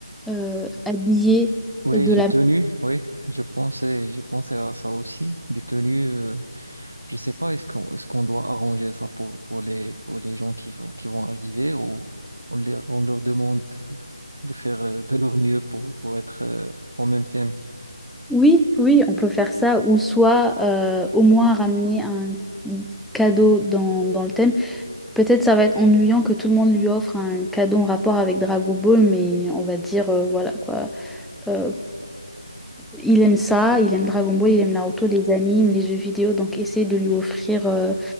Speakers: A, in the centre; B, on the right.
A: euh, habillés
B: Ouais,
A: de
B: les
A: la...
B: tenues, ouais, je pensais, je pensais à ça aussi. Des tenues. Je sais pas, est-ce qu'on est-ce qu'on doit arranger ça pour, pour les, pour les gens qui vont, qui vont arriver ou on, les on leur demande de faire euh, de leur mieux pour, pour être euh, en même thème.
A: Oui, oui, on peut faire ça, ou soit euh, au moins ramener un cadeau dans, dans le thème. Peut-être ça va être ennuyant que tout le monde lui offre un cadeau en rapport avec Dragon Ball, mais on va dire, euh, voilà quoi. Euh, Il aime ça, il aime Dragon Ball, il aime Naruto, les animes, les jeux vidéo, donc essaye de lui offrir euh,